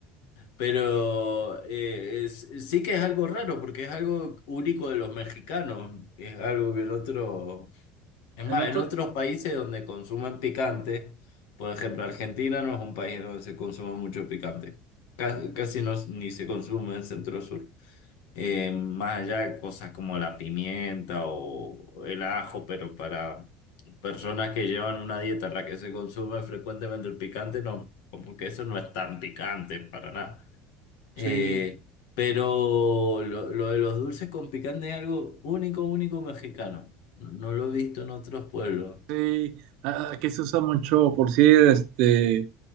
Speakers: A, on the left (about 85°); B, on the right (about 60°).
A: Pero eh, es- sí que es algo raro, porque es algo único de los mexicanos, es algo que en otros Es más,
B: En otro,
A: en otros países donde consumen picante, por ejemplo, Argentina no es un país donde se consuma mucho picante. Casi, casi no, s- ni se consume en Centro Sur. Eh, más allá de cosas como la pimienta o el ajo, pero para personas que llevan una dieta en la que se consume frecuentemente el picante, no, como que eso no es tan picante para nada.
B: sí,
A: Eh, pero lo, lo de los dulces con picante es algo único, único mexicano. No no lo he visto en otros pueblos.
B: sí. Ah, Aquí se usa mucho, por si este,